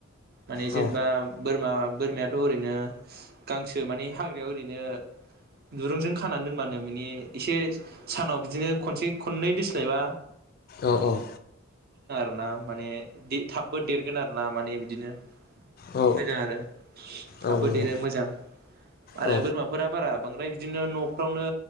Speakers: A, on the right (about 50°); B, on the left (about 50°).
A: माने जेनेबा
B: औ
A: बोरमा बोरमायाथ ओरैनो गांसो माने हाग्रायाव ओरैनो दुरुंजों खानानै दोनबानो मिनि एसे सानाव बिदिनो खनसे खननै दोस्लायबा
B: औ औ
A: ना माने थाबबो देरगोन आरो ना माने बिदिनो
B: औ
A: मोजां आरो थाबबो
B: औ नंगौ
A: देरो मोजां आरो
B: औ
A: बोरमाफोरा बारा बांद्राय बिदिनो नफ्रावनो